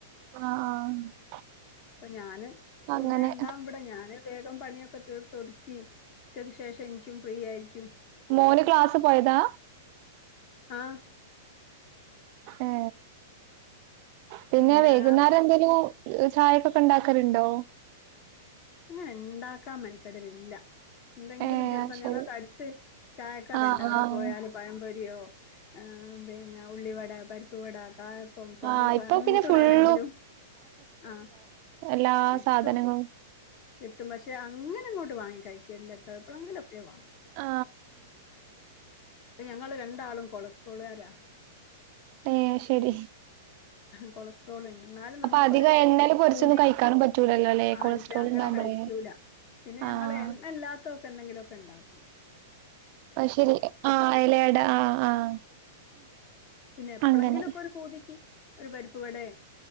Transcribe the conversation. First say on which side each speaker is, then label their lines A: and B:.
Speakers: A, on the right; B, on the left.
A: ആഹ് ആഹ്
B: ഇപ്പൊ ഞാന് സ്വന്തായി
A: അങ്ങനെ
B: ഇണ്ടാവും. ഇബടെ ഞാന് വേഗം പണിയൊക്കെ തീർത്ത് ഒതുക്കി. ഉച്ചക്ക് ശേഷം എനിക്കും ഫ്രീ ആയിരിക്കും.
A: മോന് ക്ലാസ് പോയതാ?
B: ആഹ്
A: ഏ പിന്നെ
B: പിന്നാ
A: വൈകുന്നേരം എന്തേലു ഇത് ചായക്കൊക്കെ ഒണ്ടാക്കാലുണ്ടോ?
B: അങ്ങനെ ഇണ്ടാക്കാൻ മെനക്കെടലില്ല. ന്തെങ്കിലും
A: ഏഹ്
B: ചെലപ്പോ
A: അത് ശരി
B: ഞങ്ങക്ക് അടുത്ത് ചായക്കട
A: ആഹ്
B: ഇണ്ട് അവിട
A: ആഹ്
B: പോയാല് പഴംപൊരിയോ ആ പിന്നെ ഉള്ളിവട, പരിപ്പുവട, കാ പ്പം സമൂസ
A: ആഹ് ഇപ്പൊ
B: എന്ത്
A: പിന്നെ ഫുള്ളും
B: വേണെങ്കിലും ആഹ്
A: എല്ലാ
B: കിട്ടും.
A: സാധനങ്ങളും
B: കിട്ടും പക്ഷെ അങ്ങനെ ഇങ്ങോട്ട് വാങ്ങി കഴിക്കലില്ലട്ടോ. എപ്പൊളെങ്കിലൊക്കെ വാങ്ങും.
A: ആ
B: ടെ ഞങ്ങള് രണ്ടാളും കൊളസ്ട്രോളുകാരാ.
A: ഏ ശെരി.
B: കൊളസ് ട്രോള് ഇണ്ട്. ഇന്നാലും നമ്മക്കൊര്
A: അപ്പൊ അധികം എണ്ണേല് പൊരിച്ചൊന്നും
B: പൂതി.
A: കഴിക്കാനും പറ്റൂലല്ലോ അല്ലെ
B: ആഹ്
A: കൊളസ്ട്രോൾ
B: ഇല്ല അങ്ങനെ
A: ഉണ്ടാവുമ്പോളേ
B: കഴിക്കൂല പിന്നെ
A: ആഹ്
B: ഞങ്ങള് എണ്ണയില്ലാത്തൊതക്കെ എന്തെങ്കിലൊക്കെ ഇണ്ടാക്കും
A: അത് ശരി ആഹ് എലയട ആഹ് ആഹ്
B: പിന്നെ എപ്പളങ്കിലൊക്ക
A: അങ്ങനെ
B: ഒരു പൂതിക്ക് ഒരു പരിപ്പ്‌വടേ